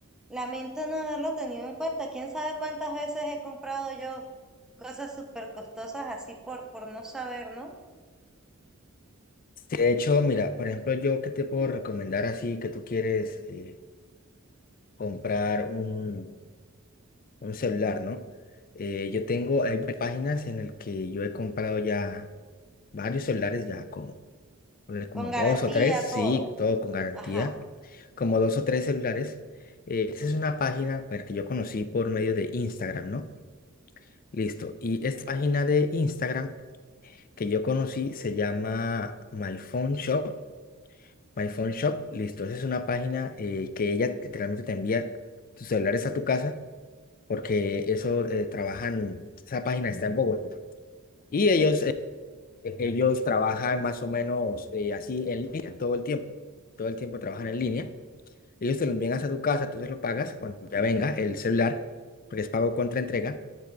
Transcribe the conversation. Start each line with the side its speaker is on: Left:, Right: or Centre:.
Centre: lamento no haberlo tenido en cuenta. ¿Quién sabe cuántas veces he comprado yo cosas súper costosas así por, por no saber, ¿no?
Left: Sí, De hecho, mira, por ejemplo, yo qué te puedo recomendar así que tú quieres eh, comprar un, un celular, ¿no? Eh, yo tengo, hay varias páginas en las que yo he comprado ya varios celulares ya como pues, como
Centre: Con garantía,
Left: dos o tres,
Centre: todo.
Left: sí, todo con garantía,
Centre: Ajá.
Left: como dos o tres celulares. Eh, esa es una página pues, que yo conocí por medio de Instagram, ¿no? Listo. Y esta página de Instagram que yo conocí se llama My Phone Shop. My Phone Shop, listo. Esa es una página eh, que ella literalmente te envía tus celulares a tu casa porque eso eh, trabajan, esa página está en Bogotá. Y ellos, eh, ellos trabajan más o menos eh, así en línea todo el tiempo todo el tiempo trabajan en línea. Ellos te lo envían hasta tu casa, tú se lo pagas cuando ya venga el celular, porque es pago contra entrega.